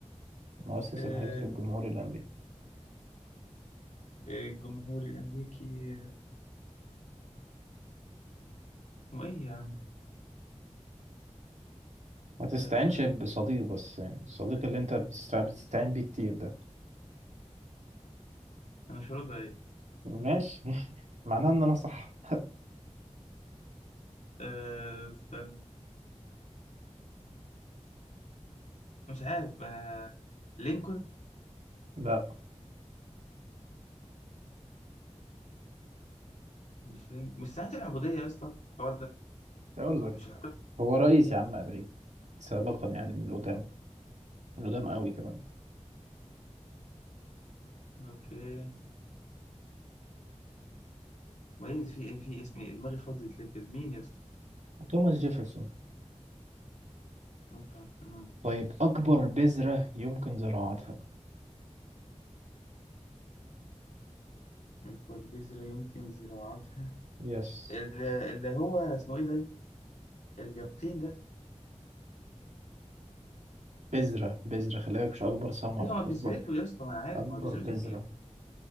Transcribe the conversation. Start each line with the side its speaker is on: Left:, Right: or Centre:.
Right: مؤسس
Left: آه
Right: الحزب الجمهوري الأمريكي
Left: الجمهوري الأمريكي آه، اسمه إيه يا عم؟
Right: ما تستعينش
Left: آه
Right: بصديق بس يعني الصديق اللي أنت بتستع- بتستعين بيه كتير ده
Left: أنا مش راضي عليك
Right: ماشي <laughs> معناه إن أنا صح
Left: آه استنى استنى مش عارف آه لينكولن
Right: لا
Left: مش لينكولن مش ساعة العبودية يا اسطى الحوار ده
Right: أقول لك
Left: مش الحوار
Right: هو رئيس يا عم أمريكي سابقا يعني من قدام من قدام قوي كمان
Left: ده أوكي ميز في إيه في اسمي إيه؟ دماغي فاضية ليه كده مين يا اسطى؟
Right: توماس جيفرسون
Left: ما فا- مم.
Right: طيب أكبر بذرة يمكن زراعتها
Left: البربيزرة يمكن زراعتها
Right: يس
Left: ال- اللي هو اسمه إيه ده؟ اليقطين ده
Right: بذرة بذرة خلي بالك مش أكبر ثمرة
Left: أيوه ما بذرته
Right: أكبر
Left: يا اسطى ما أنا عارف
Right: أكبر
Left: ما بذرته
Right: بذرة
Left: كبير